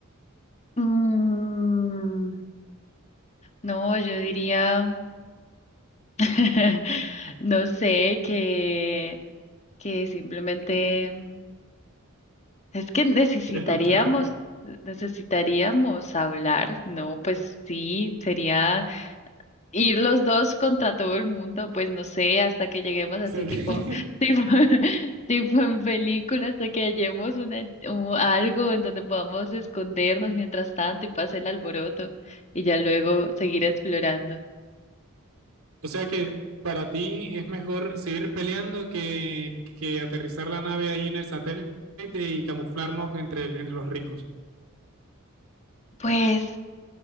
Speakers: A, on the left; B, on the right.
A: Mm, no, yo diría, <laughs> no sé, que... que simplemente es que necesitaríamos,
B: ¿Quieres luchar? O
A: necesitaríamos hablar, ¿no? Pues sí, sería ir los dos contra todo el mundo, pues no sé, hasta que lleguemos así
B: sea,
A: tipo,
B: <laughs>
A: tipo, <laughs> tipo en películas, hasta que hallemos una, u- algo en donde podamos escondernos mientras tanto y pase el alboroto y ya luego seguir explorando.
B: O sea que para ti es mejor seguir peleando que, que aterrizar la nave ahí en el satélite y camuflarnos entre, el- entre los ricos.
A: Pues.